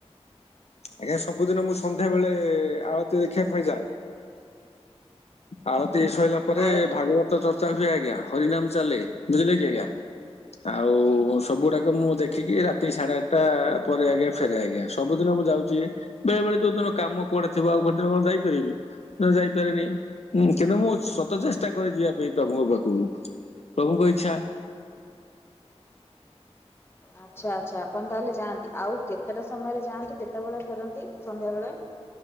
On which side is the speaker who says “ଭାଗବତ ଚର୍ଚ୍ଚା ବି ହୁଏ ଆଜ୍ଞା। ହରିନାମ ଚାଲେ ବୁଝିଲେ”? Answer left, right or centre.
Left